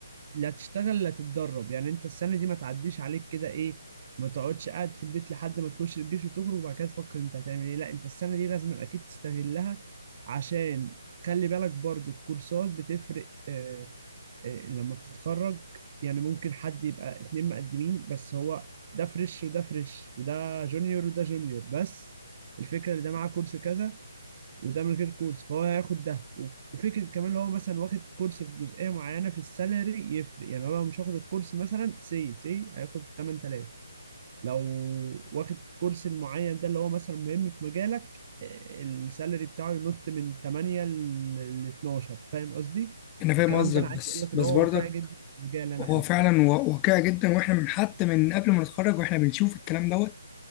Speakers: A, on the right; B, on the left.
A: لا تشتغل لا تتدرب يعني انت السنة دي ما تعديش عليك كده ايه ما تقعدش قاعد في البيت لحد ما تخش الجيش وتخرج وبعد كده تفكر انت هتعمل ايه لا انت السنة دي لازم اكيد تستغلها عشان خلي بالك برضو الكورسات بتفرق آه، إيه، لما بتتخرج يعني ممكن حد يبقى اتنين مقدمين بس هو ده فريش وده فريش وده جونيور وده جونيور بس الفكرة اللي ده معاه كورس كذا وده من غير كورس فهو هياخد ده و- وفكرة كمان لو هو مثلا واخد كورس في جزئية معينة في السالري يفرق يعني لو هو مش واخد الكورس مثلا سي سي هياخد 8000 لو واخد كورس معين ده اللي هو مثلا مهم في مجالك السالري بتاعه ينط من 8 ل 12 فاهم قصدي؟
B: انا فاهم
A: الكلام
B: قصدك
A: ده انا
B: بس
A: عايز اقول لك اللي
B: بس
A: هو
B: برضك
A: واقعي جدا في المجال انا
B: هو
A: حتى
B: فعلا وا- واقعي جدا واحنا من حتى من قبل ما نتخرج واحنا بنشوف الكلام دوت